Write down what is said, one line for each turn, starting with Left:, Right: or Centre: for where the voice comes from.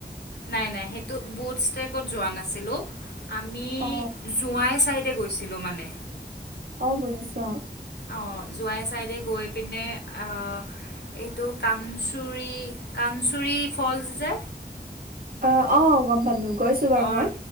Left: নাই নাই সেইটো বুচতেকত যোৱা নাছিলোঁ। আমি
Right: অ
Left: জোঁৱাই চাইড গৈছিলোঁ মানে
Right: অ বুজিছোঁ
Left: অঁ জোৱাই চাইডে গৈ পিনে এইটো কানচুৰী কানঞ্চুৰী ফলছ যে
Right: অ অ গম পালোঁ গৈছোঁ বাৰু
Left: অৰ
Right: মই